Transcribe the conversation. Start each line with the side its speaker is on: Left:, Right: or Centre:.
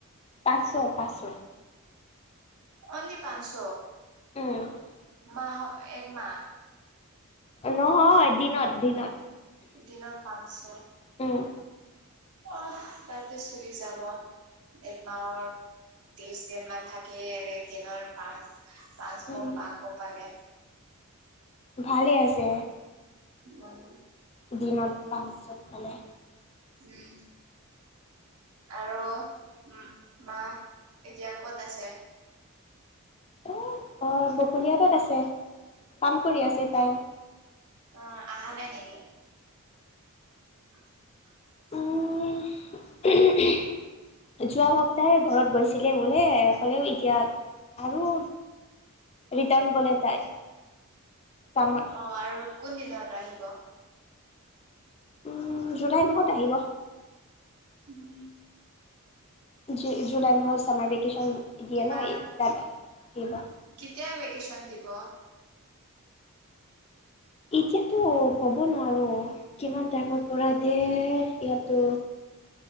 Left: পাঁচশ, পাঁচশ।
Right: অনলি পাঁচশ
Left: উম।
Right: মা'হ এক মাহ।
Left: নহয় দিনত দিনত।
Right: দিনত পাঁচশ।
Left: উম।
Right: আ তাতে চুলি যাব, একমাহৰ ত্ৰিশ দিন মান থাকি দিনৰ পাচ পাঁচশ
Left: উম
Right: পাঁচশ পালে।
Left: ভালে আছে।
Right: নও।
Left: দিনত পাঁচশ পালে
Right: উম। আৰু উম মা এতিয়া ক'ত আছে?
Left: এ অ বকলিয়াঘাটত আছে কাম কৰি আছে, তাই।
Right: অ অহা নাই নেকি? <inaudible> <inaudible>
Left: উম <unintelligible> যোৱা সপ্তাহে ঘৰত গৈছিলে বোলে ক'লেও এতিয়া, আৰু ৰিটাৰ্ণ গ'লে তাই, কামত।
Right: অঁ, আৰু কোন দিনত আহিব?
Left: উম, জুলাই মাহত আহিব।
Right: উম।
Left: জু -জুলাই মাহত ছামাৰ ভেকেশ্যন দিয়ে
Right: কিবা
Left: ন, তাত আহিব।
Right: কেতিয়া ভেকেশ্যন দিব?
Left: এতিয়াতো ক'ব নোৱাৰো কিমান টাইমত পৰাই দে ইয়াতো!